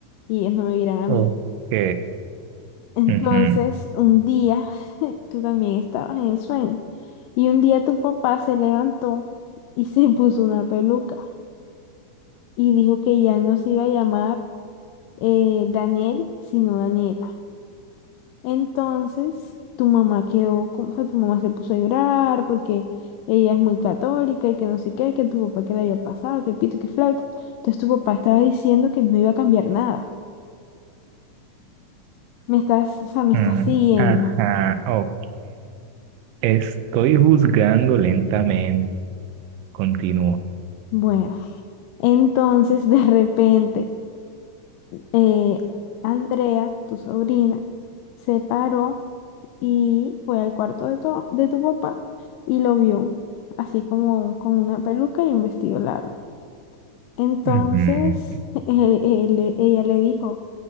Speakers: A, on the left; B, on the right.
A: y ellos no me vieran a
B: Ok.
A: mí. Entonces,
B: Ujú,
A: un día, <laughs> tú también estabas en el sueño, y un día tu papá se levantó y se <laughs> puso una peluca y dijo que ya no se iba a llamar eh, Daniel, sino Daniela. Entonces, tu mamá quedó, como- o sea, tu mamá se puso a llorar porque ella es muy católica y que no sé qué, que tu papá que le había pasado, que pito, que flauta. Entonces, tu papá estaba diciendo que no iba a cambiar nada. Me estás, o sea, me
B: mm,
A: estás siguiendo.
B: Ajá, ok. Estoy juzgando lentamente. Continúo.
A: Bueno, entonces de repente eh, Andrea, tu sobrina, se paró y fue al cuarto de tu, de tu papá y lo vio así como con una peluca y un vestido largo. Entonces
B: Ujú. Mm,
A: <laughs> eh, él- ella le dijo,